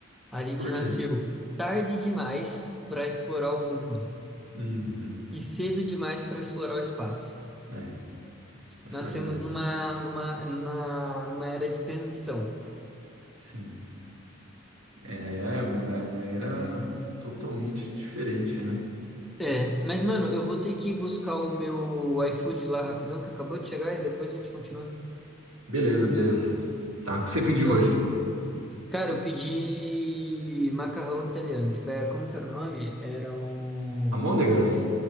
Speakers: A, in the centre; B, on the right (about 85°).
A: A gente
B: Por
A: nasceu
B: quê?
A: tarde demais para explorar o mundo
B: Uhum.
A: e cedo demais para explorar o espaço.
B: É, essa
A: Nascemos
B: é a verdade.
A: numa, numa, na- numa era de transição.
B: Sim. É uma, uma era totalmente diferente, né?
A: É, mas mano, eu vou ter que buscar o meu iFood lá rapidão, que acabou de chegar, e depois a gente continua.
B: Beleza, beleza. Tá, o que você pediu
A: Fechou?
B: hoje?
A: Cara, eu pedi macarrão italiano. Tipo, é, como que era o nome? Era o.
B: Almôndegas?